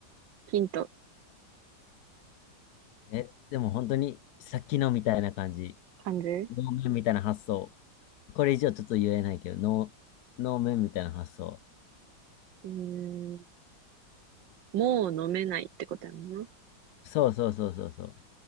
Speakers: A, on the right (about 80°); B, on the left (about 65°).
A: ヒント。
B: え、でも本当に、さっきのみたいな感じ。
A: 漢字
B: 能面みたいな発想。これ以上ちょっと言えないけど、能、能面みたいな発想。
A: うーん。もう飲めないってことやもんな。
B: そうそうそうそうそ